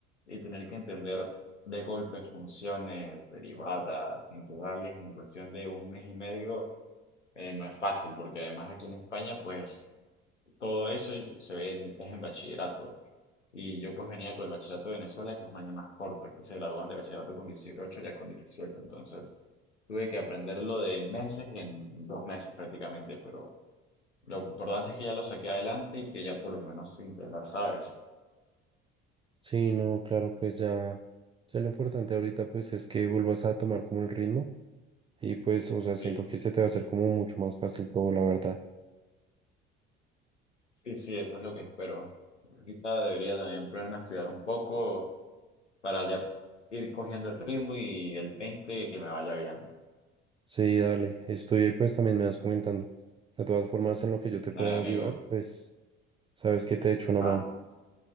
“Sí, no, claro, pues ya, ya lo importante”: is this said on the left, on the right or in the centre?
Right